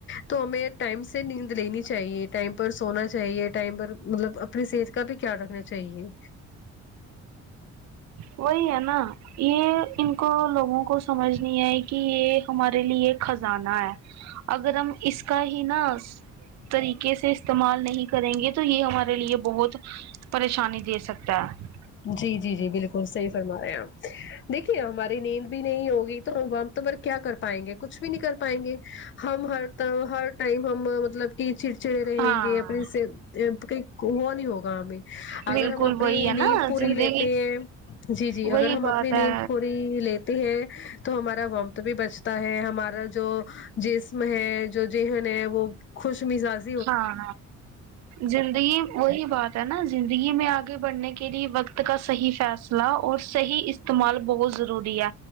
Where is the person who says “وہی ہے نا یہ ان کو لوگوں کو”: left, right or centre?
Right